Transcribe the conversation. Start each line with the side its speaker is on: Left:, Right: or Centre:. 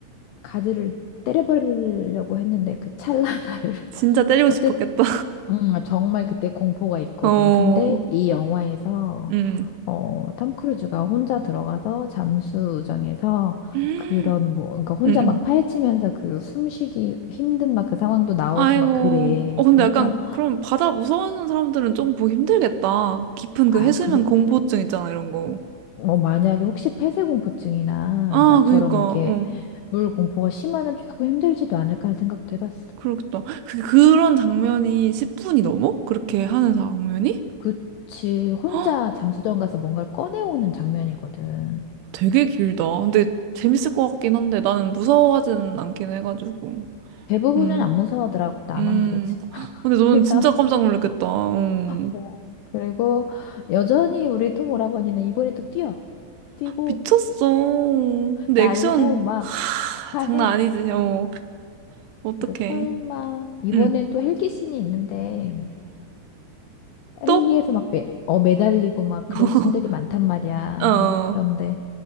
Left: 가드를 때려버리려고 했는데 그 찰나 나를 <laughs>
Right: 진짜 때리고 싶었겠다.
Left: 음, 아, 정말 그때 공포가 있거든.
Right: <laughs> 어,
Left: 근데 이 영화에서
Right: 음,
Left: 어, 톰 크루즈가 혼자 들어가서 잠수정에서
Right: 음,
Left: 그런
Right: <gasps>
Left: 뭐 그러니까 혼자
Right: 음. 음.
Left: 막 파헤치면서 그 숨쉬기 힘든 막 그 상황도 나오고
Right: 아이고.
Left: 막 그래.
Right: 어, 근데
Left: 그러니까
Right: 약간, 그럼 바다 무서워하는 사람들은 조금 보기 힘들겠다. 깊은
Left: 아,
Right: 그 해수면
Left: 그래
Right: 공포증 있잖아, 이런 거.
Left: 뭐 만약에 혹시 폐쇄공포증이나
Right: 아,
Left: 나처럼
Right: 그니까,
Left: 이렇게
Right: 어.
Left: 물 공포가 심하면 조금 힘들지도 않을까 하는 생각도 해봤어.
Right: 그렇겠다. 그, 그런 장면이 10분이 넘어? 그렇게 하는 장면이?
Left: 그치, 혼자
Right: 헉,
Left: 잠수정 가서 뭔가를 꺼내오는 장면이거든.
Right: 되게 길다. 근데 재밌을 것 같긴 한데, 나는 무서워하지는 않긴 해가지고.
Left: 대부분은
Right: 음,
Left: 안 무서워하더라고. 나만
Right: 음.
Left: 그러지. <laughs>
Right: 근데 너는
Left: 그래서
Right: 진짜 깜짝 놀랐겠다. 음.
Left: 뭐 그리고 여전히 우리 톰 오라버니는 이번에 또 뛰어. 뛰고
Right: 미쳤어. 근데
Left: 날고
Right: 액션,
Left: 막
Right: 아,
Left: 다
Right: 장난
Left: 해.
Right: 아니지. 어, 어떡해.
Left: 이제 설마 이번엔
Right: 응.
Left: 또 헬기 씬이 있는데 헬기에서
Right: 또?
Left: 막 매, 어, 매달리고 막
Right: <laughs>
Left: 그런 씬들이 많단 말이야.
Right: 어.
Left: 그런데